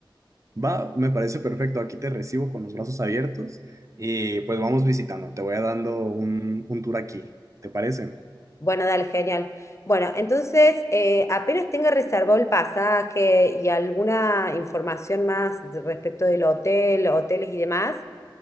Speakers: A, on the right (about 40°); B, on the left (about 35°).
A: Va, me parece perfecto. Aquí te recibo con los brazos abiertos y pues vamos visitando. Te voy a dando un, un tour aquí. ¿Te parece?
B: Bueno, dale, genial. Bueno, entonces, eh, apenas tenga reservado el pasaje y alguna información más de- respecto del hotel, hoteles y demás,